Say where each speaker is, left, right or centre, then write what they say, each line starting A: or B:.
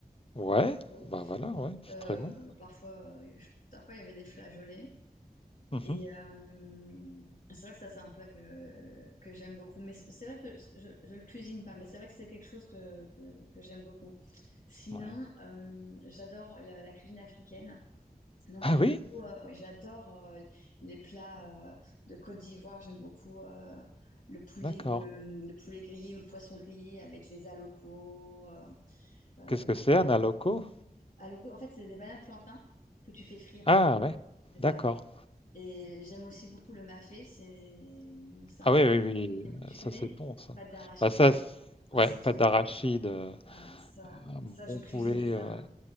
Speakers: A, on the left; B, on the left.
A: ouais,
B: Bon.
A: bah voilà, ouais, c'est
B: Euh,
A: très bon.
B: parfois, euh, je- parfois il y avait des flageolets.
A: Mhm.
B: Et euh, c'est vrai que ça, c'est un plat que, que j'aime beaucoup. Mais c'est c'est vrai que je, je le cuisine pas, mais c'est vrai que c'est quelque chose que, que, que j'aime beaucoup. Sinon,
A: Ouais.
B: euh, j'adore la la cuisine africaine. Donc
A: Ah
B: j'aime
A: oui?
B: beaucoup, euh, j'adore euh, les plats euh, de Côte d'Ivoire. J'aime beaucoup euh, le poulet,
A: D'accord.
B: le, le poulet grillé ou le poisson grillé avec les alocos. euh, euh,
A: Qu'est-ce que c'est un aloco?
B: alocos, en fait, c'est des bananes plantains que tu fais frire,
A: Ah ouais,
B: c'est
A: d'accord.
B: ça. Et j'aime aussi beaucoup le mafé. C'est c'est
A: Ah
B: un plat
A: oui, oui, oui,
B: que- que-
A: euh,
B: tu
A: ça
B: connais?
A: c'est bon ça.
B: Pâte d'arachide.
A: Bah ça, c-
B: Ah
A: ouais,
B: ça
A: pâte
B: j'adore.
A: d'arachide, euh,
B: Ah, ça
A: un
B: ça je
A: bon
B: cuisine
A: poulet.
B: ça
A: euh,
B: mais
A: ouais.